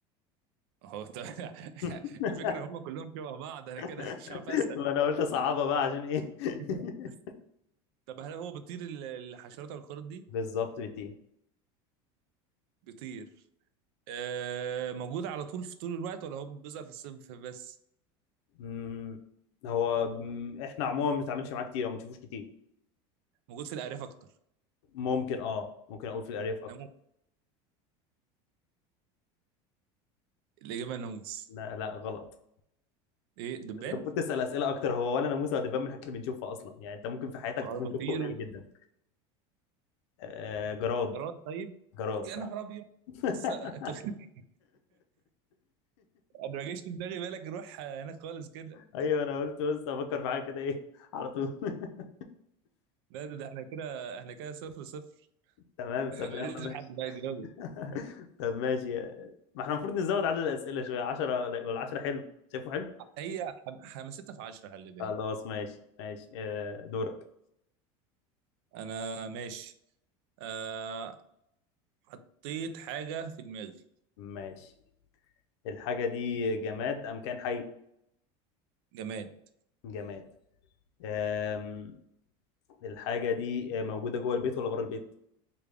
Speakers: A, on the right; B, on the left.
A: هو طب... <laughs>
B: <laughs>
A: الفكرة إن هم كلهم شبه بعض أنا
B: <laughs>
A: كده مش عارف أسأل
B: ما انا قلت صعبة بقى عشان ايه <laughs>
A: <laughs> طب هل هو بيطير ال- الحشرات او القارد دي؟
B: بالظبط بتي
A: بيطير آه موجود على طول في طول الوقت ولا هو بيظهر في الصيف بس؟
B: مم، هو مم، احنا عموما ما بنتعاملش معاه كتير او ما بنشوفوش كتير
A: موجود في الأعراف أكتر
B: ممكن اه ممكن اقول في الارياف اكتر
A: ناموس الإجابة ناموس
B: لا لا غلط
A: إيه دبان؟
B: انت المفروض تسال اسئله اكتر هو ولا ناموسه ولا دبان من الحاجات اللي بنشوفها اصلا يعني انت ممكن في حياتك
A: ما هو
B: تكون
A: بيطير
B: شفته قليل جدا آه جراد
A: جراد طيب
B: جراد
A: يا
B: صح
A: نهار ابيض
B: <laughs>
A: لسه انت <laughs> انا ما جاش في دماغي بالك نروح هناك خالص كده
B: ايوه انا قلت بس افكر في حاجه كده ايه على طول <laughs>
A: لا ده, ده احنا كده احنا كده صفر صفر
B: تمام
A: <laughs>
B: طب
A: لازم
B: يلا ماشي
A: حد بقى يجاوب
B: <laughs> طب ماشي ما احنا المفروض نزود عدد الأسئلة شوية 10 ولا 10 حلو شايفه حلو
A: هي حم- حماستها في 10 خلي بالك
B: خلاص ماشي ماشي آه، دورك
A: انا ماشي آه حطيت حاجة في دماغي
B: ماشي الحاجة دي جماد أم كان حي
A: جماد
B: جماد آم، الحاجة دي آه، موجودة جوه البيت ولا بره البيت